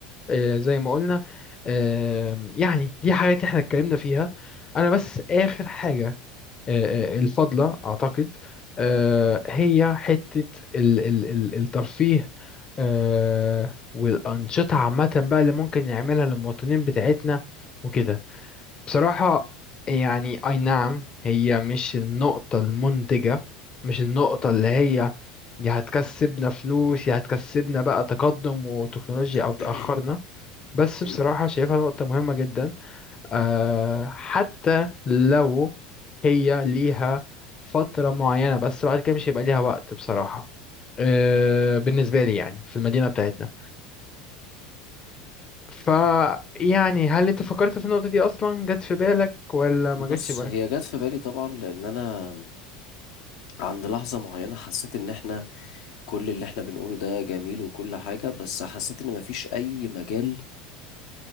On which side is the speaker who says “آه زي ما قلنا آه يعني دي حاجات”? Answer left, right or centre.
Left